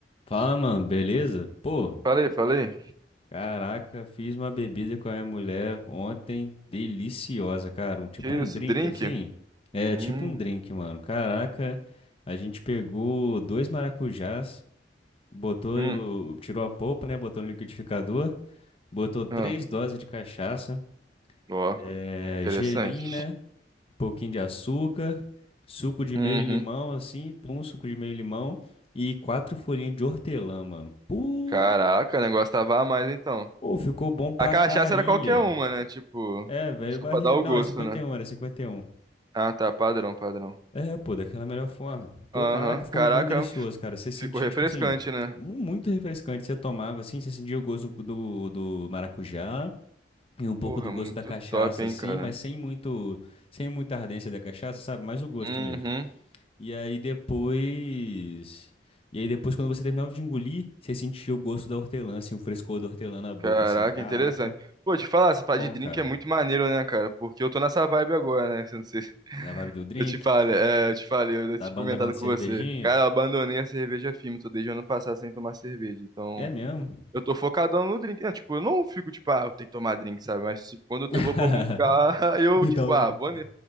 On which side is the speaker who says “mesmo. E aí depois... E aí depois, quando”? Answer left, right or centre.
Left